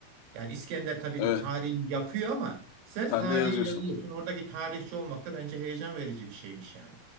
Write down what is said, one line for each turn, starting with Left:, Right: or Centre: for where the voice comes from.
Right: Yani İskender tabii
Left: Evet.
Right: ki tarihi yapıyor ama sen
Left: Sen
Right: tarihi
Left: de yazıyorsun.
Right: yazıyorsun. Oradaki tarihçi olmak da bence heyecan verici bir şeymiş yani.